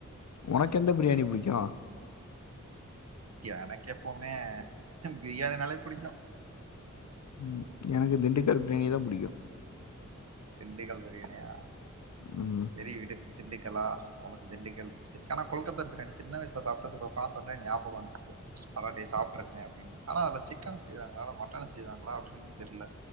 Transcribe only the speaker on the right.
எனக்கு எப்பவுமே பிரியாணினாலே புடிக்கு
திண்டுக்கல் பிரியாணியா
சேரி விடு திண்டுக்கல்லா உனக்கு திண்டுக்கல் புடுச்சுருக்கு ஆனா கொல்கத்த பிரயாணி சின்ன வயசல சாப்பிட்டது இப்போ பாத்தவுடனே ஞாபகோ வந்துச்சு அடாடே சாப்ட்டுருக்கேனே அப்டின்னு ஆனா அதுல சிக்கன் செய்றாங்களா இல்ல மட்டன்ல செய்றாங்களா அப்டின்னு எனக்கு தெர்ல